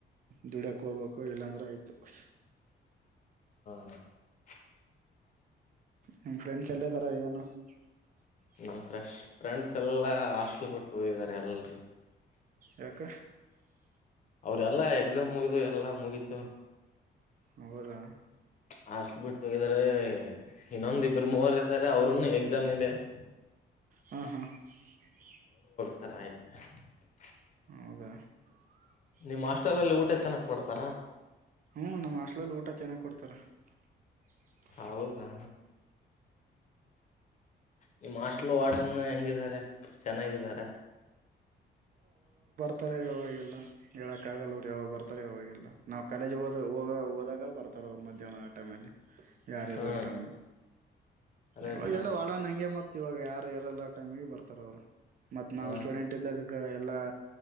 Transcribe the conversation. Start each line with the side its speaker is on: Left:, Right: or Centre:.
Right: ದುಡಿಯಾಕ್ಕ ಹೋಗ್ಬೇಕು ಇಲ್ಲಾಂದ್ರೆ ಆಯ್ತು <unintelligible>
Left: <unintelligible>
Right: ನಿಮ್ಮ ಫ್ರೆಂಡ್ಸ್ ಎಲ್ಲೇ ಅದಾರ ಏನೂ? <unintelligible>
Left: ನಮ್ಮ ಫ್ರೆಶ್ ಫ್ರೆಂಡ್ಸ್ ಎಲ್ಲಾ ಹಾಸ್ಟೆಲ್ ಬಿಟ್ಟು ಹೋಗಿದ್ದಾರೆ ಎಲ್ಲರೂ <unintelligible>
Right: ಯಾಕ? <unintelligible>
Left: ಅವರದ ಎಲ್ಲಾ ಎಕ್ಸಾಮ್ ಮುಗ್ದು ಎಲ್ಲಾ ಮುಗೀತು
Right: ಹೌದಾ
Left: ಹಾಸ್ಟೆಲ್ ಬಿಟ್ ಹೋಗಿದ <unintelligible> ಇದರೇ ಇನ್ನೊಂದ ಇಬ್ರು ಮೂವರ್ ಇದ್ದಾರೆ ಅವ್ರನ್ನು ಎಕ್ಸಾಮ್ ಇದೆ. <unintelligible>
Right: ಹ ಹ <unintelligible>
Left: ತರ ಆಯ್ತ? <unintelligible>
Right: ಹೌದ? <unintelligible>
Left: ನಿಮ್ಮ ಹಾಸ್ಟೆಲ್ ಅಲ್ಲಿ ಊಟ ಚೆನ್ನಾಗ ಕೊಡ್ತಾರಾ? <unintelligible>
Right: ಹೂ ನಮ್ಮ ಹಾಸ್ಟೆಲ್ ಅಲ್ಲಿ ಊಟ ಚೆನ್ನಾಗ ಕೊಡ್ತಾರೆ. <unintelligible>
Left: ಹೌದಾ ನಿಮ್ <unintelligible> ಹಾಸ್ಟೆಲ್ ವಾಡನ್ ಹೆಂಗಿದಿದ್ದಾರೆ ಚೆನ್ನಾಗಿದಾರ? <unintelligible>
Right: ಇರ್ತಾರೆ ಅವಾಗೆಲ್ಲ ಹೇಳಕ್ ಆಗಲ್ಲ ಅವರ ಯಾವಾಗ ಬರ್ತ ಯಾವಾಗೆಲ್ಲ ನಾವು ಕಾಲೇಜ್ ಹದೋ ಹೋದಾಗ ಬರ್ತಾರೆ. <unintelligible> ಅವರ ಮಧ್ಯಾಹ ಆ ಟೈಮ ಅಲ್ಲಿ? <unintelligible> ಯಾರ ಇರರ
Left: ಹಾ
Right: ಟೈಮ ಅಲ್ಲಿ
Left: ರೈಟ್
Right: ಇವಾಗಲ್ಲ
Left: ರೈಟ್
Right: ವಾಡನ್ ಹಂಗೆ ಮತ್ ಇವಾಗ ಯಾರು ಇರಲ್ಲ? <unintelligible> ಟೈಮಿಗೆ ಬರ್ತಾರ ಅವರ ಮತ್ತ ನಾವ
Left: ಹ
Right: ಸ್ಟೂಡೆಂಟ್ ಇದ್ದಾಗ ಗ <unintelligible> ಎಲ್ಲಾ